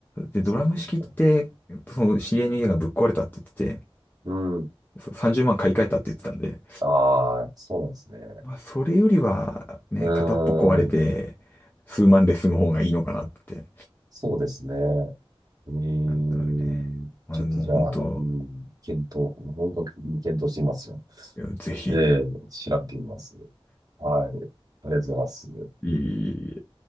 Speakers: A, on the left; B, on the right.
A: で、ドラム式って、
B: そっかそっか。
A: その知り合いの家がぶっ壊れたって言ってて、
B: うん。
A: そう30万買い替えたって言ってたんで、
B: ああ、そうなんですね。
A: まあ、それよりは、ね、
B: う
A: 片っぽ壊れて、
B: ん。
A: 数万で済む方がいいのかなって。
B: そうですね。ええ、
A: なんとなくね、まあ、
B: ちょっとじゃあ、
A: もう本当、
B: うん、検討、本格的に検討してみますよ。
A: いやぜひ、
B: ええ、調べてみます。はい。ありがとうございます。
A: いい